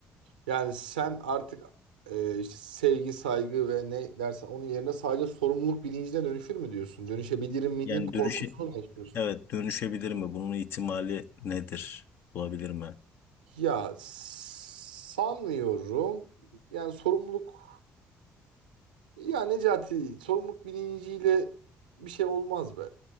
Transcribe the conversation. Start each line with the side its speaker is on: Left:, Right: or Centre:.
Right: Yani sen artık e, işte sevgi, saygı ve ne dersen onun yerine sadece sorumluluk bilincine dönüşür mü diyorsun? Dönüşebilir miyinin
Left: Yani dönüşe
Right: korkusunu mu yaşıyorsun?
Left: evet dönüşebilir mi? Bunun ihtimali nedir? Olabilir mi?
Right: Ya sanmıyorum. Yani sorumluluk ya Necati sorumluluk bilinciyle bir şey olmaz be.